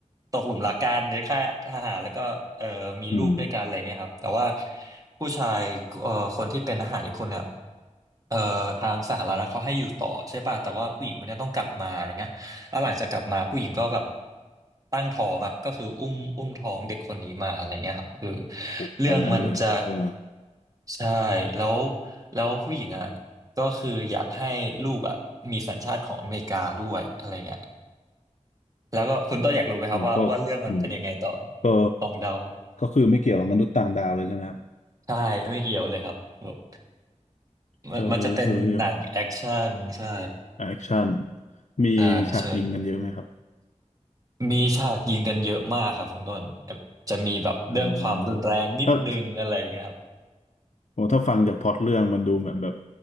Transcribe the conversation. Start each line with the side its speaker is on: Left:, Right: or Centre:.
Right: ตกหลุมรักกันในค่ายทหารแล้วก็เออมีลูกด้วยกันอะไรเงี้ยครับแต่ว่า
Left: อืม
Right: ผู้ชายเอ่อคนที่เป็นทหารอีกคนเนี่ยเอ่อทางสหรัฐเขาให้อยู่ต่อใช่ป่ะแต่ว่าผู้หญิงคนเนี้ยต้องกลับมาอะไรเงี้ยแล้วหลังจากกลับมาผู้หญิงก็แบบตั้งท้องอ่ะก็คืออุ้มอุ้มท้องเด็กคนนี้มาอะไรเงี้ยครับคือ
Left: โอ้ตอนนั้นเลยเออ
Right: เรื่องมันจะใช่แล้วแล้วผู้หญิงอ่ะก็คืออยากให้ลูกอ่ะมีสัญชาติของอเมริกาด้วยอะไรเงี้ย แล้วก็คุณต้นอยากรู้ไหมครับว่าว่าเรื่องมันเป็นยังไงต่อ
Left: อ๋อก็อืมก็
Right: ลองเดา
Left: ก็คือไม่เกี่ยวกับมนุษย์ต่างดาวเลยใช่ไหมครับ
Right: ใช่ไม่เกี่ยวเลยครับแบบมันมันจะเป็นหนังแอคชั่นใช่
Left: เซอร์เทอริเรีย แอคชั่นมีฉากยิงกันเยอะไหมครับ
Right: ใช่ใช่มีฉากยิงกันเยอะมากครับคุณต้นจะมีแบบเรื่องความรุนแรงนิดนึงอะไรอย่างเงี้ยครับ
Left: อ๋อถ้าโอ้ถ้าฟังจากพล็อตเรื่องมันดูเหมือนแบบ